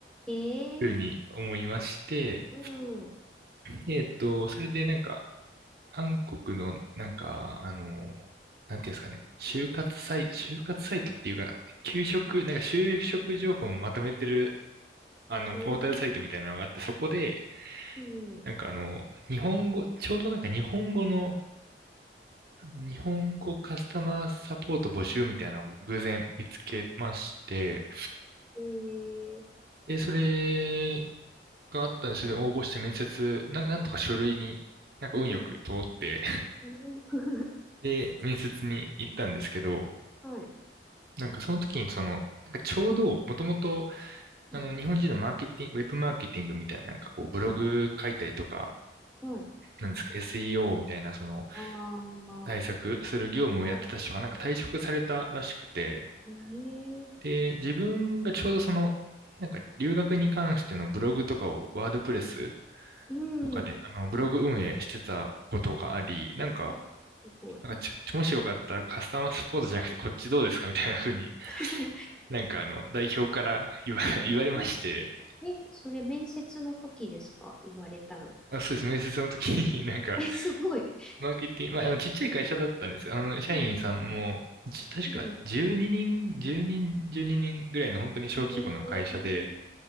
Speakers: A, in the centre; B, on the right.
A: <laughs>
B: 風に思いまして、
A: ええうん。
B: でえっと、それでなんか、韓国のなんか、あの、なんていうんですかね、就活サイ、就活サイトっていうか、給食、なんか就職情報をまとめてる、あの、
A: ええ
B: ポータルサイトみたいなのがあって、そこで、
A: うん。
B: なんかあの、日本語、ちょうどなんか日本語の、日本語カスタマーサポート募集みたいなのを偶然見つけまして、
A: ええ
B: で、それがあったんで、それで応募して面接、なんなんとか書類に、なんか運よく通って
A: うん。うん <laughs>
B: <laughs> で、面接に行ったんですけど、
A: はい。
B: なんかその時にその、なんかちょうど、もともと、
A: うん。
B: あの、日本人のマーケティング、ウェブマーケティングみたいな、なんかこう、
A: うん。
B: ブログ書いたりとか、
A: うんはい。
B: なんですか、SEO みたいな、その、
A: ああ、
B: 対策する業務をやってた人がなんか退職されたらしくて、
A: はい。
B: で、
A: ええ
B: 自分がちょうどその、なんか留学に関してのブログとかをワードプレス
A: う
B: とかで、
A: ん。
B: あの、ブログ運営してたことがあり、なんか、
A: え、すごい。
B: なんかちょ、もしよかったらカスタマーサポートじゃなくてこっちどうですかみたいな風に、
A: <laughs>
B: なんかあの、代表から言わ、<laughs> 言われまして、
A: え、え、それ面接の時ですか言われたの。
B: あ、そうです。面接の時になんか、
A: え、すごい。
B: マーケティング、まあ、あの、ちっちゃい会社だったんですよ。あの、社員さんも、
A: うん、うん、
B: じ確か12人、
A: うん。
B: 10人、12人ぐらいの本当に小規模の会社で、
A: うん。ね